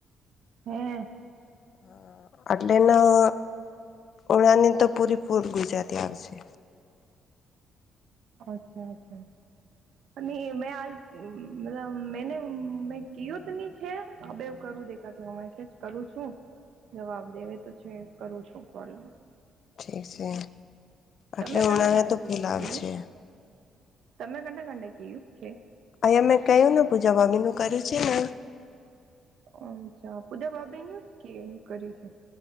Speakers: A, on the right (about 70°); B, on the left (about 60°).
A: હમ
B: હા, અટલે ના ઉણાની, તો પૂરેપૂર ગુજરાતી આવશે
A: અચ્છા, અચ્છા અને મેં હાલ મતલબ મેને મેં કયુંત ની છે, આ બેવ કર શું દેખા મેસેજ કરું છુ, જવાબ દેવે તો છે, કરુ છુ કોલ
B: ઠીક છે.
A: તમે
B: એટલે હણા
A: કને કને
B: હ તો
A: કીધી
B: કેલાવ
A: કયું
B: છે.
A: તમે કંટા કંટા કયું છે
B: અયામે કયો ન પૂછ જવા બીનુ, કરે છેને.
A: અચ્છા પુજા બાબેનું કે કર્યું છે.